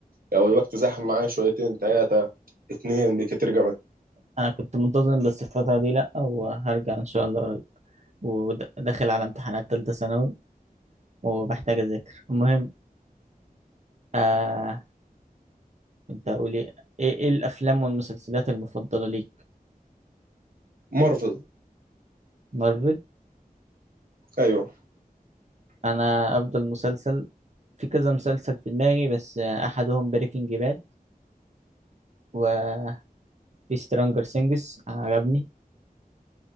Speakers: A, on the right; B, on the right.
A: لو الوقت زاحم معايا شويتين ثلاثة اتنين بكتير جوي
B: انا كنت منتظم بس الفترة دي لا وهرجع ان شاء الله قريب وداخل على امتحانات تالتة ثانوي وبحتاج اذاكر المهم آه، كنت هقول ايه ايه إيه الافلام والمسلسلات المفضله ليك
A: مارفل
B: مارفل
A: أيوه
B: انا افضل مسلسل في كذا مسلسل في دماغي بس احدهم بريكنج باد وفي سترونجر سينجز عجبني